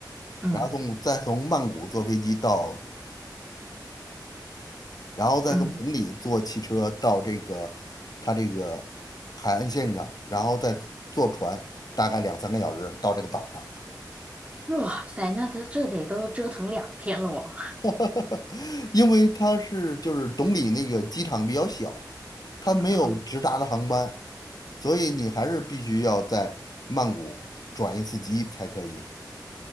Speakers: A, on the right; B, on the left.
A: 嗯
B: 然后从再从曼谷坐飞机到然后再从崇礼坐汽车到这个它这个海岸线上，
A: 嗯，
B: 然后再坐船，大概两三个小时到这个岛上。
A: 哇塞，那这这得都折腾两天了我。
B: <laughs> 因为它是就是崇礼那个机场比较小，它没有直达的航班，
A: <laughs> 嗯，
B: 所以你还是必须要在曼谷转一次机才可以。